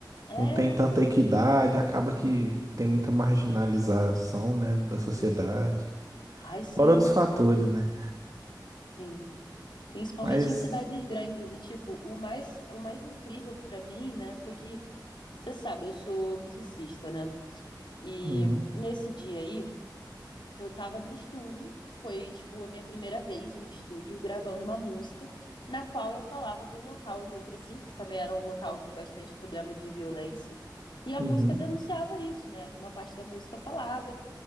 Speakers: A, on the left; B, on the right.
A: É,
B: Não tem tanta
A: foi.
B: equidade, acaba que
A: Uhum,
B: tem muita marginalização, né, da
A: uhum.
B: sociedade.
A: Ai, sim,
B: Fora outros fatores, né?
A: sim. Principalmente
B: Mas
A: em cidades grandes. E, tipo, o mais, o mais incrível pra mim, né, foi que, você sabe, eu sou musicista, né? E
B: uhum,
A: nesse dia aí, Eu tava no estúdio, foi tipo a minha primeira vez em estúdio gravando uma música, na qual eu falava do local onde eu cresci, que também era um local com bastante problema de violência, e a
B: uhum,
A: música denunciava isso, né? Uma parte da música falava